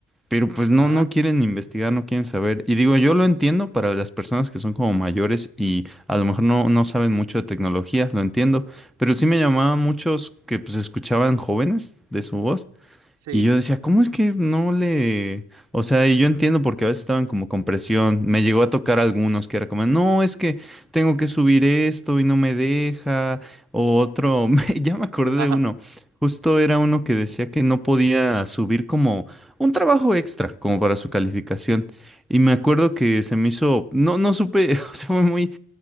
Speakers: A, in the centre; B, on the right (about 60°).
A: Pero pues
B: ajá,
A: no, no quieren investigar, no quieren saber. Y digo, yo lo entiendo para las personas que son como mayores y a lo mejor no, no saben mucho de tecnología, lo entiendo. Pero sí me llamaba muchos que pues escuchaban jóvenes de su voz
B: sí.
A: y yo decía, ¿cómo es que no le...? O sea, y yo entiendo porque a veces estaban como con presión. Me llegó a tocar algunos que era como, no, es que tengo que subir esto y no me deja. O otro, <laughs> me- ya me acordé
B: Ajá,
A: de uno. Justo era uno que decía que no podía subir como un trabajo extra, como para su calificación. Y me acuerdo que se me hizo, no, no supe, <laughs> o sea, fue muy